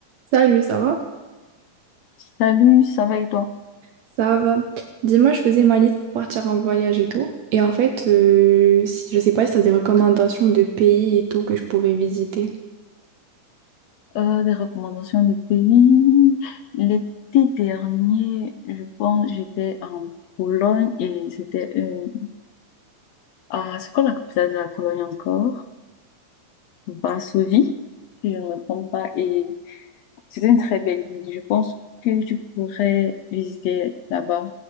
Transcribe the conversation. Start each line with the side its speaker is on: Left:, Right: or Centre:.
Right: Salut, ça va?
Left: Salut, ça va et toi?
Right: Ça va. Dis-moi, je faisais ma liste pour partir en voyage et tout. Et en fait, euh, si- je sais pas si t'as des recommandations de pays et tout que je pourrais visiter.
Left: Euh, des recommandations de pays. L'été dernier, je pense, j'étais en Pologne et c'était une... Ah, c'est quoi la capitale de la Pologne encore? Varsovie, si je ne me trompe pas. Et c'était une très belle ville. Je pense que tu pourrais visiter là-bas.